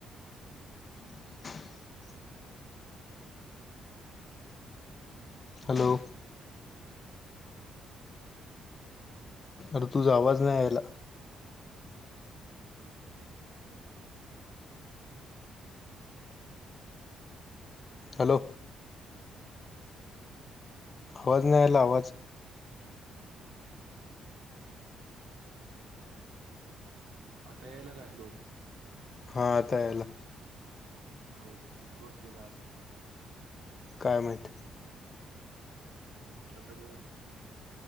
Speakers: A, on the left; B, on the right.
A: <inaudible> हॅलो अरे तुझा आवाज नाही यायला हॅलो आवाज नाही यायला आवाज
B: आता यायला काय हॅलो
A: हा आता यायला
B: हो का नेटवर्क गेल असलं.
A: काय माहित
B: झालं काय जेवण?